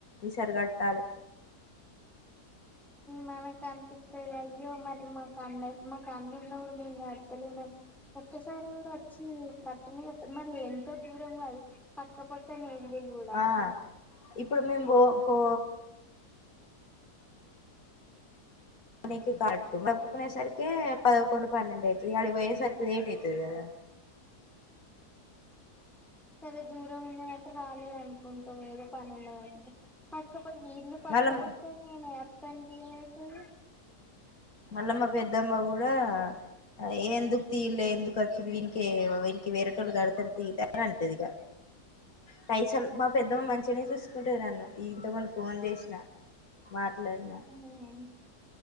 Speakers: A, on the left; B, in the centre.
A: ఈసారి కట్టాలె.
B: మనకు అనిపిత్తది అయ్యో మరి మాకు అన్న మాకు అన్న ఉన్న కూడ మేం కడ్తలేం అని. ఒక్కసారి కూడ అచ్చీ కట్టనే కట్టరు మళ్ళీ ఎంతో దూరం కాదు పక్కపక్కనే ఇల్లులు కూడా.
A: ఆ ఇప్పుడు మేం పో పో కొనేకి కాటు మెప్పుకొనే సర్కి పదకొండు పన్నెండు అయితది ఇగ ఆడికి పోయేసరికి లేట్ అయితది కదా
B: సరే దూరం ఉన్నా అంటే రాలేదని కొంటం ఏదో పని ఉన్నదని పక్క పక్క నె ఇళ్లు పక్క
A: మళ్ళ
B: పక్క ఈనె అతంటే ఏమైతది
A: మల్లమ్మ పెద్దమ్మ కూడా ఏ ఎందుకు తీయలే ఎందుకు వచ్చుడు వీనికి వీనికి వేరేటోళ్ళు కడతారు తీ ఇగ అని అంటది ఇగ పైసలు మా పెద్దమ్మ మంచినే చూసుకుంటది నన్ను ఇంతకు ముందు ఫోన్ చేసిన మాట్లాడిన
B: ఊ